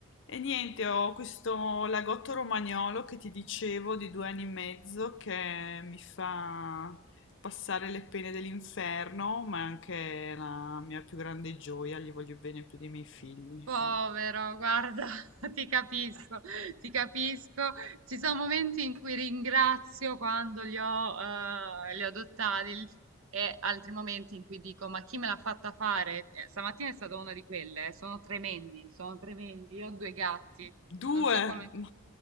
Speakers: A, on the left; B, on the right.
A: E niente, ho questo lagotto romagnolo che ti dicevo di due anni e mezzo che mi fa passare le pene dell'inferno, ma è anche la mia più grande gioia, gli voglio bene più dei miei figli.
B: Povero,
A: eh.
B: guarda, <laughs> ti capisco, ti capisco. Ci sono momenti in cui ringrazio quando li ho, eh, li ho adottati e altri momenti in cui dico, ma chi me l'ha fatta fare? Eh, stamattina è stata una di quelle, eh, sono tremendi, sono tremendi. Io ho due gatti,
A: <laughs> Due!
B: non so come...